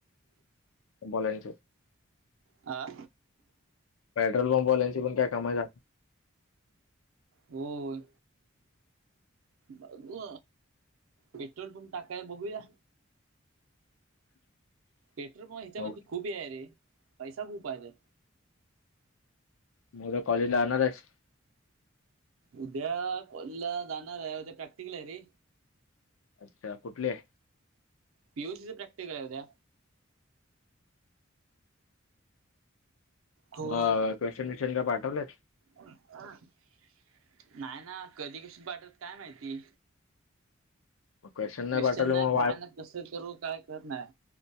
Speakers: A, on the left; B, on the right.
A: बलाची. <unintelligible>
B: आ.
A: पेट्रोल पंप वाल्याची पण काय कमाय झा
B: होय. बघू, पेट्रोल पंप टाकाय बघूया.
A: <inaudible>
B: पेट्रोल प ह्याच्यामध्ये
A: नाही.
B: खूप हे आहे रे. पैसा खूप आहे त्यात.
A: म उद्या कॉलेज ला जाणारेस.
B: उद्या कॉलेजला जाणारे. उद्या प्रॅक्टिकल आहे रे.
A: अच्छा कुठले?
B: पि ओ सीच प्रॅक्टिकल आहे उद्या. होय.
A: मग क्वेशचन बीशन काय पाठवलेत?
B: नाही ना. कधी क्वेश्चन पाठवते काय माहिती?
A: मग क्वेश्चन नाही
B: क्वेशचन
A: पाठवले
B: नाय,
A: मग
B: काय नाय. कसं करू काय कळत नाय.